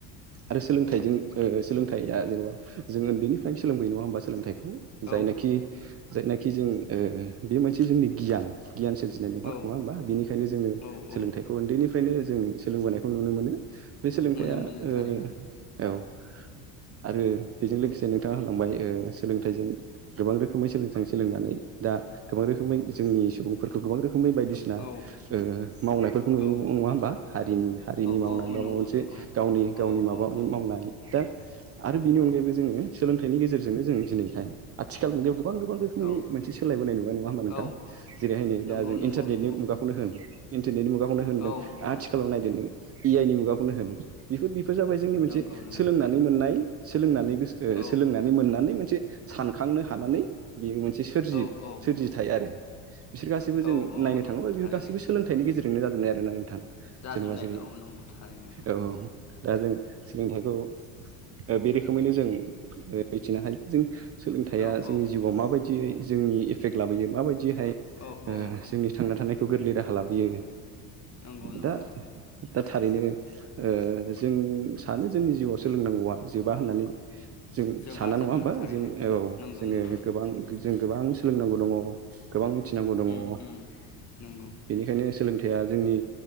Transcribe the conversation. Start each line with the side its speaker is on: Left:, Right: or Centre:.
Right: आरो सोलोंथाइजों सोलोंथाइया जेन'बा जों उन्दैनिफ्रायनो सोलोंबोयो नङा होमबा सोलोंथाइखौ
Left: औ
Right: जायनाखि जायनाखि जों ओ बे मोनसे जोंनि गियान। गियान सोरजिनाय नङा नङा
Left: औ
Right: होमबा बिनिखायनो जोंङो
Left: औ औ
Right: सोलोंथाइखौ उन्दैनिफ्रायनो जों सोलोंबोनायखौ नुनो मोनो। बे सोलोंथायाइया
Left: मोनो मोनो थारैनो
Right: ओ औ आरो बेजों लोगोसेनो बिथा होलांबाय सोलोंथाइजों गोबां रोखोमै सोलों सोलोंनानै दा गोबां रोखोमै जोंनि सुबुंफोरखौ गोबां रो खुमै बायदिसिना
Left: औ
Right: ओ मावनायफोरखौ नुयो
Left: औ
Right: नङा होमबा हारिनि हारिनि मावनाय
Left: औ औ
Right: बा
Left: नंगौ
Right: माबा मोनसे।
Left: नंगौ
Right: गावनि
Left: औ
Right: गावनि माबानि
Left: औ औ
Right: मावनाय दा आरो बिनि अनगायैबो जोंङो सोलोंथाइनि गेजेरजोंनो जों दिनैहाय आथिखाल मुगायाव गोबां गोबां रोखोमनि
Left: औ
Right: मोनसे सोलायबोनाय नुबाय नङा होमबा नोंथां
Left: औ
Right: जेरैहाय नै
Left: नंगौ
Right: दा जों
Left: नंगौ
Right: इन्टारनेटनि
Left: नंगौ
Right: मुगाखौनो होन। नायनि मुगाखौनो होनदों
Left: औ औ
Right: आथिखालाव नायदों इ आइनि मुगाखौनो होनदों बेफोर बेफोर जाबाय जोंनि मोनसे
Left: नंगौ नंगौ
Right: सोलोंनानै मोननाय सोलोंनानैस
Left: औ
Right: सोलोंनानै मोननानै मोनसे सानखांनो हानानै बेयो मोनसे सोरजि
Left: औ औ
Right: सोरजिथाय आरो बिसोर गासैबो
Left: औ
Right: जों
Left: औ
Right: नायनो
Left: नंगौ
Right: थाङोबा बेफोर
Left: थारैनो
Right: गासैबो सोलोंथाइनि गेजेरनो जाजोबनाय आरोना नोंथां।
Left: जाजुनाय
Right: जेनेबा जेरै
Left: औ नंगौ थारैनो
Right: औ दा जों सोलोंथाइखौ ओ बे रोखोमैनो जों मिथिनो हायो जों सोलोंथाइया
Left: औ
Right: जोंनि
Left: औ
Right: जिउआव माबायदियै जोंनि एफेक्ट लाबोयो माबायदि बिदिहाय ओ
Left: औ औ
Right: जोंनि थांना थानायखौ गोरलै राहा लाबोयो।
Left: नंगौ नंगौ
Right: दा दा थारैनो ओ जों सानो जोंनि जिउआव सोलोंनांगौआ जोबा होननानै। जों
Left: जोबा
Right: साना
Left: जोबा
Right: नङा होमबा
Left: थारैनो
Right: जों औ
Left: नंगौ
Right: जोंङो
Left: नंगौ
Right: गोबां जों गोबां सोलोंनांगौ दङ। गोबां मिथिनांगौ दङ
Left: उम
Right: औ
Left: उम नंगौ
Right: बेनिखायनो सोलों थाइया जोंनि